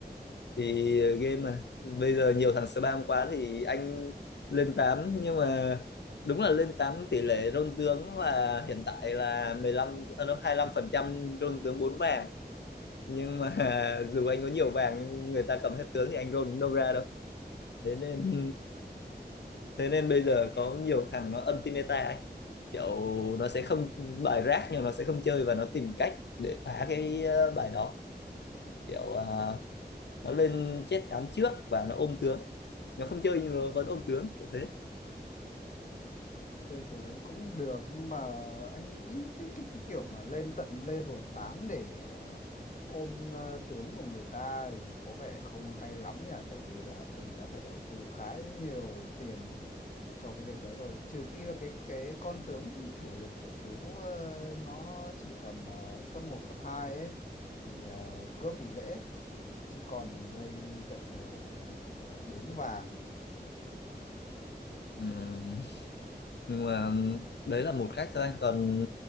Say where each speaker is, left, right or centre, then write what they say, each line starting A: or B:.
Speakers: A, on the left (about 80°); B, on the left (about 45°).
A: thì game mà bây giờ nhiều thằng spam quá thì anh lên tám nhưng mà đúng là lên 8 tỷ lệ rôn tướng là hiện tại là mười lăm à, đâu, 25 phần trăm rôn tướng 4 vàng nhưng mà <laughs> dù anh có nhiều vàng nhưng người ta cầm hết tướng thì anh rôn cũng đâu ra đâu thế nên thế nên bây giờ có nhiều thằng nó anti meta ấy. kiểu nó sẽ không bài rác nhưng nó sẽ không chơi và nó tìm cách để phá cái ờ, bài đó kiểu à, nó lên chết án trước và nó ôm tướng nó không chơi nhưng nó vẫn ôm tướng kiểu thế
B: chơi kiểu đấy cũng được nhưng mà anh nghĩ cái cái cái kiểu mà lên tận level 8 để ờ, ôm ờ, tướng của người ta thì có vẻ không hay lắm nhỉ tại vì là mình đã phải đầu tư khá nhiều tiền cho cái việc đấy rồi trừ khi là cái cái con tướng chủ lực của chú ờ, nó chỉ tầm ờ, cấp một cấp 2 ấy thì ờ, cướp thì dễ chứ còn đây tận uh, 4 vàng
A: ừ. nhưng mà ừ, đấy là một cách thôi anh còn